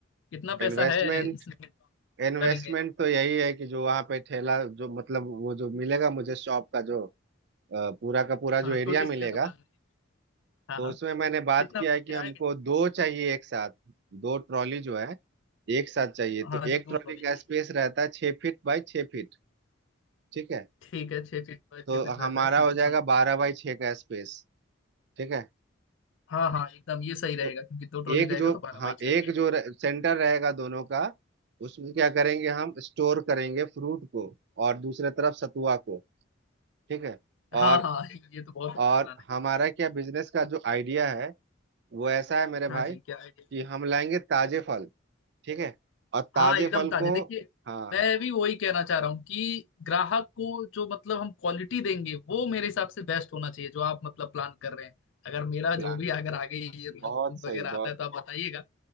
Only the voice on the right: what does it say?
इन्वेस्टमेंट
इन्वेस्टमेंट तो यही है कि जो वहां पे ठेला जो मतलब वो जो मिलेगा मुझे शॉप का जो अ, पूरा का पूरा
जो एरिया
मिलेगा
तो
उसमें मैंने बात
किया
है कि हमको
दो चाहिए एक साथ दो ट्रॉली जो है एक साथ चाहिए
तो
एक
ट्रॉली
का
स्पेस रहता है छह फीट बाय छह फीट ठीक है
तो
हमारा
हो
जाएगा
बारह बाय छह का स्पेस ठीक है
तो
एक
जो
हाँ
एक जो रह, सेंटर रहेगा दोनों का उसमें क्या करेंगे हम स्टोर करेंगे फ्रूट को और दूसरे तरफ सतुआ को ठीक है
और
और
हमारा क्या बिजनेस का जो आइडिया है वो ऐसा है मेरे भाई
कि हम लाएंगे ताजे फल ठीक है और ताजे
फल
को
हाँ
प्लान
बिल्कुल
बहुत सही
बहुत